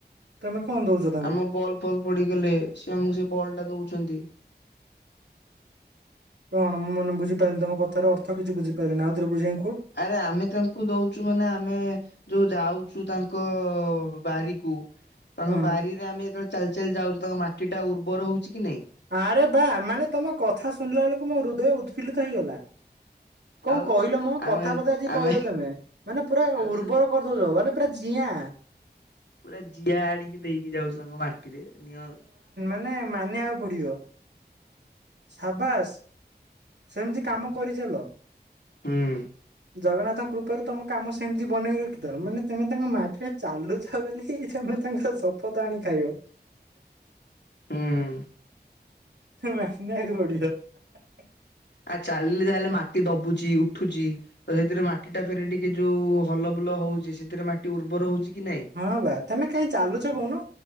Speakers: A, on the right (about 80°); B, on the left (about 80°).
A: ତମେ କଣ ଦଉଛ ତାଙ୍କୁ?
B: ଆମ ବଲ ଫଲ ପଡିଗଲେ ସେ ଆମକୁ ସେ ବଲ ଟା ଦଉଛନ୍ତି।
A: କଣ ମୁ ମାନ ବୁଝିାରିଲି ତ କଥ ଅର୍ଥ କିଛି ବୁଝିାରିଲି ଆଉଥରେ ବୁଝି।
B: ଆରେ ଆମେ ତାଙ୍କୁ ଦଉଛୁ ମାନେ ଆମେ ଯୋଉ ଯାଉଛୁ ତାଙ୍କ ବାରିକୁ ତାଙ୍କ
A: ହଁ
B: ବାରିରେ ଆମେ େ ଚାଲି ଚାଲି ଯାଉଛି ତାଙ୍କ ମାଟି ଟା ଉର୍ବର ହଉ କି ନାଇଁ?
A: ଆରେ ବା ମାନେ ତମ କଥା ଶୁଣିଲା ବେଳକୁ ମୋ ହୃଦୟ ଉତ୍ଫୁଲ୍ଲିତ ହେଇଗଲା। କଣ
B: ଆଉ
A: କହିଲ ମୁଁ
B: ଆମେ
A: କଥାବତା ଯ
B: ଆମେ
A: କହିଲ ତମେ ମାନେ ପୁରା
B: ଆମେ
A: ଉର୍ବର
B: ଯୋଉ
A: କରିଦଉଛ ମାନେ ଅପ ଯଆ
B: ପୁରା ଜିଆ ଆଣିକି ଦେଇକି ଯାଉଛ ତାଙ୍କ ମାଟିରେ ନିଅ
A: ମେ ମାନିବାିବାକୁ ପଡିବ। ସାବାସ ସେମିତି କାମ କରିଚଲ।
B: ହୁଁ।
A: ଜଗନ୍ନାଥଙ୍କ କୃପାରୁ ତୁମ କାମ ସେମିତି ବନେଇ ରଖିଦଅ ମାନେ ତମେ ତାଙ୍କ ମାଟିରେ ଚାଲୁଛ ବୋଲିମେ। ତାଙ୍କର ସପତା ଆଣି ଖାଇବ।
B: ହୁଁ
A: ମନ୍ୟ ଖୋଡ଼ି <unintelligible>
B: ଆ ଚାଲିଲି ଯଲେ। ମାଟି ଦବୁଛି ଉଠୁଛି ତ ସେଥିରେ ମାଟି ଟା ଫେରେ ଟିକେ ଯୋଉ ହଲ ବୁଲ ହଉଛି ସେଥିରେ ମାଟି ଉର୍ବର ହଉଛି କି ନାଇଁ?
A: ହଁ ଭାଇ ତମେ କାଇଁ ଚାଲୁଛ କହୁନ